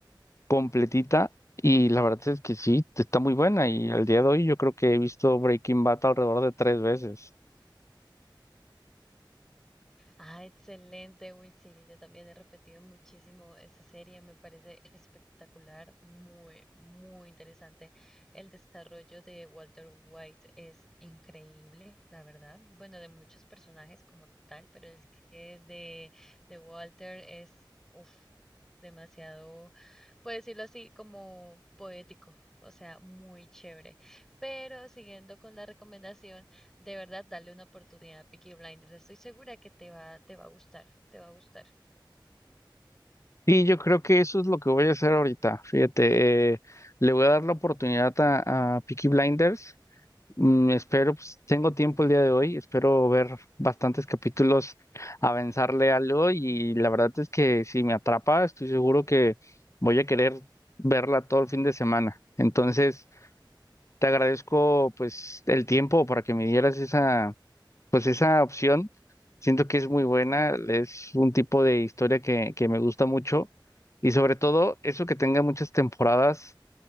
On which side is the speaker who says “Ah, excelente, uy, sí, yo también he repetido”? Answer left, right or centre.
Centre